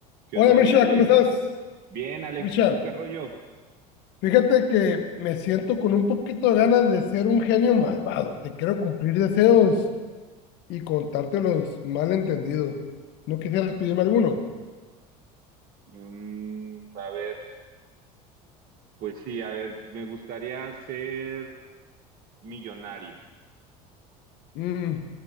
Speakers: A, on the right; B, on the left.
A: ¿Qué
B: Hola
A: onda,
B: Mircha,
A: mi Alex?
B: ¿cómo estás?
A: Bien, Alex,
B: Mircha,
A: ¿y tú qué rollo?
B: fíjate que me siento con un poquito de ganas de ser un genio malvado. Te quiero cumplir deseos y contarte los malentendidos. ¿No quisieras pedirme alguno?
A: Mm, a ver, pues sí, a ver, me gustaría ser millonario,
B: Mm,